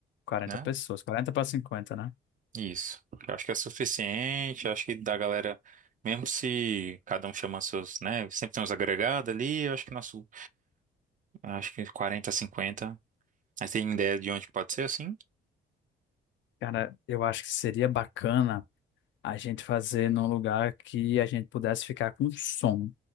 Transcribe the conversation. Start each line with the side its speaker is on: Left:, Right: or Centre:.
Left: quarenta
Right: né?
Left: pessoas, 40 para 50, né?
Right: Isso. Eu acho que é suficiente. Eu acho que da galera, mesmo se cada um chama seus, né? Sempre tem uns agregados ali. Eu acho que nosso, acho que 40, 50. Aí tem ideia de onde pode ser assim?
Left: Cara, eu acho que seria bacana a gente fazer num lugar que a gente pudesse ficar com som